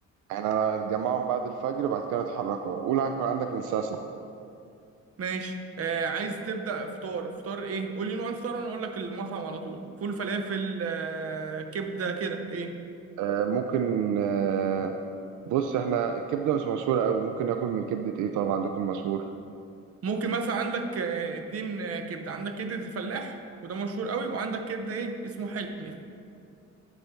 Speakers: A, on the right; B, on the right.
A: احنا هنتجمعهم بعد الفجر بعد كده نتحركوا قول هنكون عندك من الساعة 6
B: ماشي آه عايز تبدا فطار فطار ايه قول لي نوع الفطار وانا اقول لك المطعم على طول فول فلافل آه كبده كده ايه
A: آه ممكن آه بص احنا الكبدة مش مشهورة قوي ممكن ناكل من كبدة ايه طبعا عندكم مشهور
B: ممكن مثلا عندك آه، اتنين آه، كبده عندك كبده الفلاح وده مشهور قوي وعندك كبده ايه اسمه حلمي